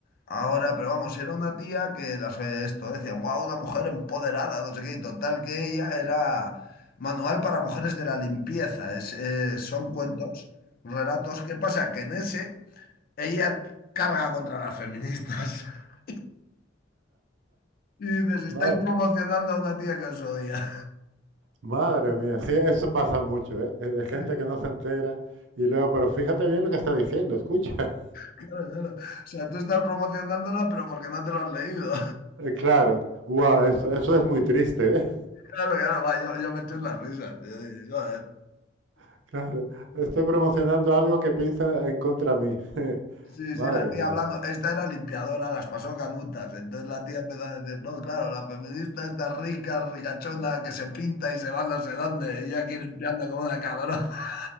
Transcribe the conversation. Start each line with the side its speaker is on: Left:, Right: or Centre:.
Left: ahora, pero vamos, era una tía que las eh, esto decían, wow, una mujer empoderada, no sé qué, y total que ella era manual para mujeres de la limpieza. Es, eh, son cuentos, relatos. ¿Qué pasa? Que en ese ella carga contra las feministas. <laughs> Y dices, estáis
Right: Madre,
Left: promocionando a una tía que os odia.
Right: madre mía, sí, eso pasa mucho, ¿eh? Es De gente
Left: <laughs>
Right: que no se entera y luego, pero fíjate bien lo que está diciendo, escucha. <laughs>
Left: Claro, claro. O sea, tú estás promocionándola, pero porque no te lo has leído.
Right: Eh, Claro, wow, eso, eso es muy triste, ¿eh?
Left: Claro, claro, va, yo, yo me eché unas risas. Yo digo, joder.
Right: <laughs> Claro, estoy promocionando algo que piensa en contra mí. <laughs>
Left: Sí,
Right: Madre
Left: sí, la tía
Right: mía.
Left: hablando, esta era limpiadora, las pasó canutas. Entonces la tía empezó a decir, no, claro, la feminista está rica, ricachona, que se pinta y se va no sé dónde, y yo aquí limpiando como una cabrona. <laughs>